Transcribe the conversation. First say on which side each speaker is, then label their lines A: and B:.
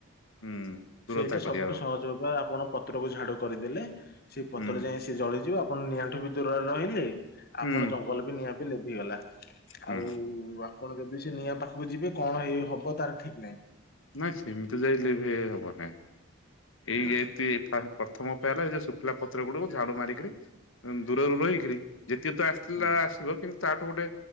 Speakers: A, on the left; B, on the left.
A: ହୁଁ। ଦୂରତା
B: ସେଇଟା ସବୁଠୁ
A: କରିବା ଆଉ
B: ସହଜ ଉପାୟ। ଆପଣ ପତ୍ର କୁ ଝାଡୁ କରିଦେଲେ, ସେଇ ପତର
A: ହୁଁ
B: ଯାଇ ସେ ଏ ଜଳିଯିବ। ଆପଣ ନିଆଁଠୁ ବି ଦୂରରେ ରହିଲେ,
A: ହୁଁ
B: ଆପଣ ଜଙ୍ଗଲ ବି ନିଆଁ ବି ଲିଭିଗଲା।
A: ହୁଁ
B: ଆଉ ଆପଣ ଯଦି ସେ ନିଆଁ ପାଖକୁ ଯିବେ କଣ ହେଇ ହବ ତାର ଠିକ ନାହିଁ।
A: ନାଇଁ ସେମିତି ଯାଇ ଲିଭେଇ ହବ ନାହିଁ। ଏଇ
B: ହଁ
A: ଏତି ଏତା ପ୍ରଥମ ଉପାୟ ହେଲା ଯେ ଶୁଖିଲା ପତ୍ର ଗୁଡକୁ ଝାଡୁ ମାରିକରି,
B: ହୁଁ
A: ଉଁ ଦୂରରୁ ରହିକିରି ଯେତିକି ତ ଆସିଥିଲା
B: ହୁଁ
A: ଆସିବ କିନ୍ତ ତାଠୁ ଗୋଟେ